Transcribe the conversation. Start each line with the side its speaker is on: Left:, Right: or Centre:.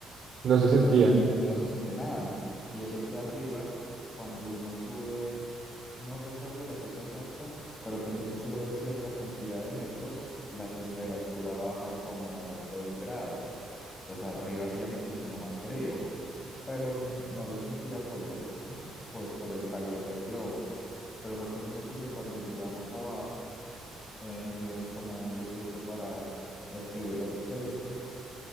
Right: No se
Left: pues
Right: sentía.
Left: no se, si- no se siente nada. Y eso que arriba, cuando uno sube, no recuerdo la cifra exacta, pero cuando uno sube cierta cantidad de metros, la temperatura baja como 2 grados. Entonces arriba hacía muchísimo más frío, pero no lo sentía por el, pues por el calor del globo. Pero recuerdo mucho que cuando llegamos abajo, eh, nos dieron como un librito para escribir las experiencias